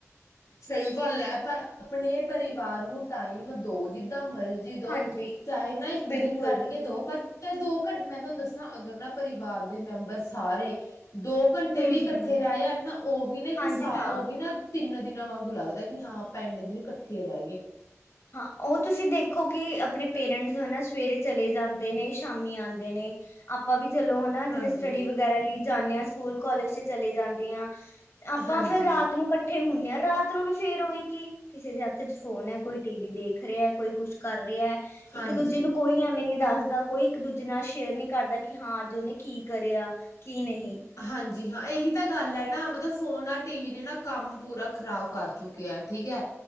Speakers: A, on the left (about 85°); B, on the left (about 55°).
A: ਸਹੀ ਗੱਲ ਹੈ ਪਰ ਆਪਣੇ ਪਰਿਵਾਰ ਨੂੰ ਟਾਈਮ ਦੋ ਜਿ ਜਿੰਨਾ ਮਰਜ਼ੀ ਦਓ
B: ਹਾਂਜੀ
A: ਚਾਹੇ ਨਾ ਇੱਕ
B: ਬਿਲਕੁਲ
A: ਦਿਨ ਕੱਢ ਕੇ ਦੋ ਪਰ ਤੇ ਦੋ ਘਟ, ਮੈਂ ਤੁਹਾਨੂੰ ਦੱਸਾਂ, ਅਗਰ ਨਾ ਪਰਿਵਾਰ ਦੇ ਮੈਂਬਰ ਸਾਰੇ ਦੋ ਘੰਟੇ
B: ਹੂੰ
A: ਵੀ ਇਕੱਠੇ
B: ਹੂੰ
A: ਰੈਹ ਜਾਣ ਨਾ ਉਹ ਵੀ ਨਾ ਇੱਕ
B: ਹਾਂਜੀ ਹਾਂ
A: ਉਹ ਵੀ ਨਾ ਤਿੰਨ ਦਿਨਾਂ ਵਾਂਗੂ ਲੱਗਦਾ ਕਿ ਹਾਂ ਆਪਾਂ ਇਨੇ ਦਿਨ ਇਕੱਠੇ ਰਹਿ ਗਏ।
B: ਹਾਂ ਉਹ ਤੁਸੀਂ ਦੇਖੋ ਕਿ ਆਪਣੇ ਪੇਰੈਂਟਸ ਹਨਾ ਸਵੇਰੇ ਚਲੇ ਜਾਂਦੇ ਨੇ ਸ਼ਾਮੀ ਆਂਦੇ ਨੇ ਆਪਾਂ ਵੀ ਚਲੋ ਹੈ ਨਾ
A: ਹਾਂਜੀ
B: ਜਿਵੇਂ ਸਟੱਡੀ ਵਗ ਵਗੈਰਾ ਲਈ ਜਾਂਦੇ ਹ ਸਕੂਲ ਕਾਲਜ ਤੇ ਚਲੇ ਜਾਂਦੇ ਆ ਤੇ ਆਪਾਂ
A: ਹਾਂਜੀ
B: ਫੇਰ ਰਾਤ ਨੂੰ ਇਕੱਠੇ ਇਕੱਠੇ ਹੁੰਦੇ ਆ ਰਾਤ ਨੂੰ ਵੀ ਫੇਰ ਉਹੀ ਕੀ ਕਿਸੇ ਦੇ ਹੱਥ ਚ ਫੋਨ ਹੈ ਕੋਈ ਟੀ ਵੀ ਦੇਖ ਰਿਹਾ ਹੈ ਕੋਈ ਕੁਛ ਕਰ ਰਿਹੈ, ਇੱਕ
A: ਹਾਂਜੀ
B: ਦੂਜੇ ਨੂੰ ਕੋਈ ਐਵੇਂ ਨੀ ਦੱਸਦਾ। ਕੋਈ ਇੱਕ ਦੂਜੇ ਨਾਲ ਸ਼ੇਅਰ ਨਹੀਂ ਕਰਦਾ ਕਿ ਹਾਂ ਅੱਜ ਉਹਨੇ ਕੀ ਕਰਿਆ ਕੀ ਨਹੀਂ।
A: ਹਾਂਜੀ ਹਾਂ, ਇਹੀ ਤਾਂ ਗੱਲ ਏ ਨਾ। ਮਤਲਬ ਫੋਨ ਆ ਟੀ ਵੀ ਨੇ ਨਾ ਕੰਮ ਪੂਰਾ ਖ਼ਰਾਬ ਕਰ ਚੁੱਕਿਆ, ਠੀਕ ਐ।